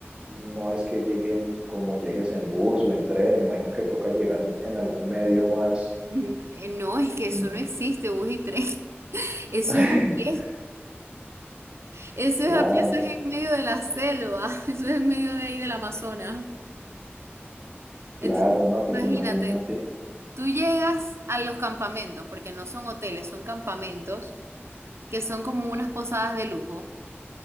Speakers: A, on the right (about 25°); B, on the right (about 75°).
A: no es que lleguen como llegues en bus o en tren, me imagino que toca llegar en algún medio más.
B: Mm, eh, No, es que eso
A: mm,
B: no existe, bus y tren. <laughs> Eso
A: <laughs>
B: es a pie, eso
A: Claro,
B: es a pie, eso es en medio de la selva, <laughs> eso es en medio de ahí del Amazonas. Entonces,
A: claro, no, pues
B: imagínate.
A: imagínate,
B: Tú llegas a los campamentos, porque no son hoteles, son campamentos, que son como unas posadas de lujo,